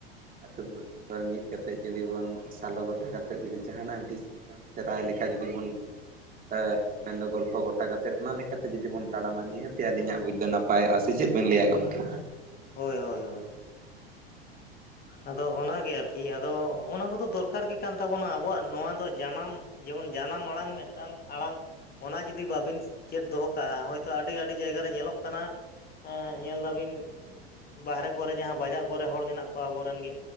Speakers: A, on the right; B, on the left.
A: ᱟᱛᱩ ᱯᱩᱲᱥᱤ ᱦᱚᱲ ᱢᱤᱫᱛᱮᱫ ᱡᱩᱫᱤ ᱵᱚᱱ ᱥᱟᱞᱚ ᱜᱚᱴᱟ ᱠᱟᱛᱮᱫ ᱡᱩᱫᱤ ᱡᱟᱦᱟᱱᱟᱜ ᱮᱢ ᱰᱤᱥᱤ ᱥᱮᱫᱟᱭ ᱞᱮᱠᱟ ᱡᱩᱫᱤ ᱵᱚᱱ ᱮᱷ ᱢᱮᱱᱫᱚ ᱜᱚᱞᱯᱷᱚ ᱜᱚᱴᱟ ᱠᱟᱛᱮᱫ ᱚᱱᱟ ᱞᱮᱠᱟᱛ ᱡᱩᱫᱤ ᱵᱚᱱ ᱛᱟᱲᱟᱢᱟ ᱱᱤᱦᱟᱹᱛᱤ ᱟᱹᱞᱤᱧᱟᱜ ᱵᱩᱡᱽ ᱫᱚ ᱱᱟᱯᱟᱭᱚᱜᱼᱟ ᱥᱮ ᱪᱮᱫ ᱵᱤᱱ ᱞᱟᱹᱭᱟ ᱜᱚᱝᱠᱮ
B: ᱦᱳᱭ ᱦᱳᱭ ᱦᱳᱭ ᱟᱫᱚ ᱚᱱᱟᱜᱮ ᱟᱨᱠᱤ ᱟᱫᱚ ᱚᱱᱟ ᱠᱚᱫᱚ ᱫᱚᱨᱠᱟᱨ ᱜᱮ ᱠᱟᱱ ᱛᱟᱵᱚᱱᱟ ᱟᱵᱚᱣᱟᱜ ᱱᱚᱣᱟ ᱫᱚ ᱡᱟᱱᱟᱢ ᱡᱮᱢᱚᱱ ᱡᱟᱱᱟᱢ ᱟᱲᱟᱝ ᱢᱮᱜᱴᱟᱝ ᱟᱲᱟᱝ ᱚᱱᱟ ᱡᱩᱫᱤ ᱵᱟᱵᱤᱱ ᱪᱮᱫ ᱫᱚᱦᱚ ᱠᱟᱜᱼᱟ ᱦᱳᱭᱛᱳ ᱟᱰᱤ ᱟᱰᱤ ᱡᱟᱭᱜᱟᱨ ᱨᱮ ᱧᱮᱞᱚᱜ ᱠᱟᱱᱟ ᱮᱸ ᱧᱮᱞ ᱫᱟᱵᱤᱱ ᱵᱟᱦᱨᱮ ᱠᱚᱨᱮ ᱡᱟᱦᱟᱸ ᱵᱟᱡᱟᱨ ᱠᱚᱨᱮ ᱦᱚᱲ ᱢᱮᱱᱟᱜ ᱠᱚᱣᱟ ᱟᱵᱚ ᱨᱮᱱ ᱜᱮ,